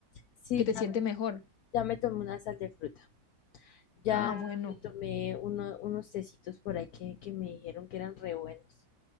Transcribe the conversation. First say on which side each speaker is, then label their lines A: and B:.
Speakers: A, on the left (about 70°); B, on the left (about 55°).
A: Sí,
B: que te
A: ya,
B: siente
A: me-
B: mejor.
A: ya me tomé una sal de fruta. Ya
B: Ah, bueno.
A: me tomé uno- unos tecitos por ahí que, que me dijeron que eran re buenos.